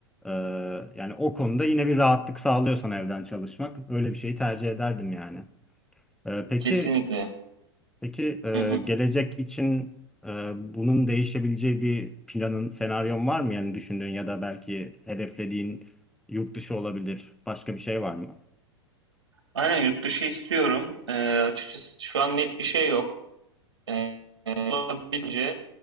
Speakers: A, in the centre; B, on the right.
A: e, yani o konuda yine bir rahatlık sağlıyorsan evden çalışmak öyle bir şeyi tercih ederdim yani. E, peki
B: Kesinlikle.
A: peki e,
B: Hı hı.
A: gelecek için e, bunun değişebileceği bir planın, senaryon var mı yani düşündüğün ya da belki hedeflediğin yurt dışı olabilir başka bir şey var mı?
B: Aynen yurt dışı istiyorum. E, açıkçası şu an net bir şey yok. E, olabildiğince